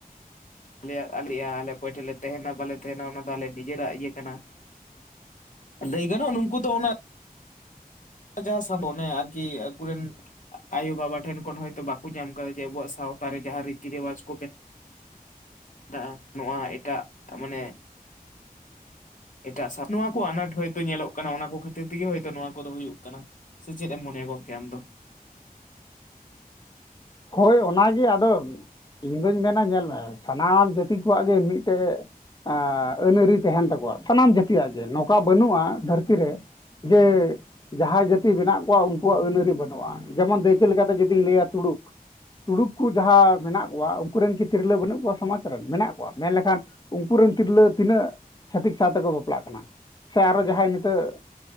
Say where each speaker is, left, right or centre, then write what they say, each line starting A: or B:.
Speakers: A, on the left; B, on the left.
A: ᱟᱞᱮ ᱟᱞᱮᱭᱟᱜ ᱟᱞᱮ ᱚᱠᱚᱭ ᱴᱷᱮᱡ ᱞᱮ ᱛᱟᱦᱮᱱᱟ ᱵᱟᱞᱮ ᱛᱟᱦᱮᱱᱟ ᱚᱱᱟ ᱫᱚ ᱟᱞᱮ ᱱᱤᱡᱮᱨᱟᱜ ᱤᱭᱟᱹ ᱠᱟᱱᱟ ᱞᱟᱹᱭ ᱜᱟᱱᱚᱜᱼᱟ ᱱᱩᱝᱠᱩ ᱫᱚ ᱚᱱᱟ ᱡᱟᱦᱟᱸ ᱥᱟᱵᱚ ᱚᱱᱮ ᱟᱨᱠᱤ ᱟᱠᱩᱨᱮᱱ ᱟᱭᱳᱵᱟᱵᱟ ᱴᱷᱮᱱ ᱠᱷᱚᱱ ᱦᱚᱭᱛᱳ ᱵᱟᱠᱚ ᱧᱟᱢ ᱟᱠᱟᱫᱟ ᱡᱮ ᱟᱵᱚᱣᱟᱜ ᱥᱟᱶᱛᱟ ᱨᱮ ᱡᱟᱦᱟᱸ ᱨᱤᱛᱤ ᱨᱮᱣᱟᱡᱽ ᱠᱚ ᱛᱟᱜ-ᱟ ᱱᱚᱣᱟ ᱮᱴᱟᱜ ᱢᱟᱱᱮ ᱮᱴᱟᱜ ᱥᱟ ᱱᱚᱣᱟ ᱠᱚ ᱟᱱᱟᱴ ᱦᱚᱭᱛᱳ ᱧᱮᱞᱚᱜ ᱠᱟᱱᱟ ᱚᱱᱟ ᱠᱚ ᱠᱷᱟᱹᱛᱤᱨ ᱛᱮᱜᱮ ᱦᱳᱭᱛᱚ ᱱᱚᱣᱟ ᱠᱚᱫᱚ ᱦᱩᱭᱩᱜ ᱠᱟᱱᱟ ᱥᱮ ᱪᱮᱫ ᱮᱢ ᱢᱚᱱᱮᱭᱟ ᱜᱚᱝᱠᱮ ᱟᱢ ᱫᱚ <inaudible>
B: ᱦᱳᱭ ᱚᱱᱟᱜᱮ ᱟᱫᱚ ᱤᱧ ᱫᱩᱧ ᱢᱮᱱᱟ ᱧᱮᱞ ᱢᱮ ᱥᱟᱱᱟᱢ ᱡᱟᱹᱛᱤ ᱠᱚᱣᱟᱜ ᱜᱮ ᱢᱤᱫᱴᱮᱡ ᱮᱸ ᱟᱹᱱ ᱟᱹᱨᱤ ᱛᱟᱦᱮᱱ ᱛᱟᱠᱚᱣᱟ ᱥᱟᱱᱟᱢ ᱡᱟᱹᱛᱤᱭᱟᱜ ᱜᱮ ᱱᱚᱝᱠᱟ ᱵᱟᱹᱱᱩᱜᱼᱟ ᱫᱷᱟᱹᱨᱛᱤ ᱨᱮ ᱡᱮ ᱡᱟᱦᱟᱸᱭ ᱡᱟᱹᱛᱤ ᱢᱮᱱᱟᱜ ᱠᱚᱣᱟ ᱩᱱᱠᱩᱣᱟᱜ ᱟᱹᱱ ᱟᱹᱨᱤ ᱵᱟᱹᱱᱩᱜᱼᱟ ᱡᱮᱢᱚᱱ ᱫᱟᱹᱭᱠᱟᱹ ᱞᱮᱠᱟᱛᱮ ᱡᱩᱫᱤᱧ ᱞᱟᱹᱭᱟ ᱛᱩᱲᱩᱠ ᱛᱩᱲᱩᱠ ᱠᱚ ᱡᱟᱦᱟᱸ ᱢᱮᱱᱟᱜ ᱠᱚᱣᱟ ᱩᱱᱠᱩ ᱨᱮᱱ ᱠᱤ ᱛᱤᱨᱞᱟᱹ ᱵᱟᱹᱱᱩᱜ ᱠᱚᱣᱟ ᱥᱚᱢᱟᱡᱽ ᱨᱮᱱ ᱢᱮᱱᱟᱜ ᱠᱚᱣᱟ ᱢᱮᱱ ᱞᱮᱠᱷᱟᱱ ᱩᱱᱠᱩ ᱨᱮᱱ ᱛᱤᱨᱞᱟᱹ ᱛᱤᱱᱟᱹᱜ ᱪᱷᱟᱹᱛᱤᱠ ᱥᱟᱶ ᱛᱮᱠᱚ ᱵᱟᱯᱞᱟᱜ ᱠᱟᱱᱟ ᱥᱮ ᱟᱨᱚ ᱡᱟᱦᱟᱸᱭ ᱱᱤᱛᱚᱜ